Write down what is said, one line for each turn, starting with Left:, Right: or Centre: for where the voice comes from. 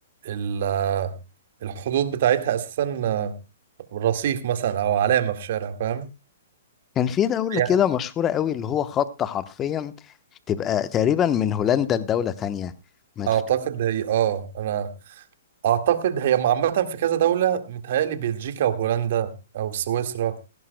Right: ال الحدود بتاعتها اساسا رصيف مثلا او علامة في شارع فاهم
Left: كان في دولة
Right: هي
Left: كده مشهورة قوي اللي هو خط حرفيا تبقى تقريبا من هولندا لدولة تانية ما تف...
Right: اعتقد هي اه انا اعتقد هي عامة في كذا دولة متهيألي بلجيكا وهولندا او سويسرا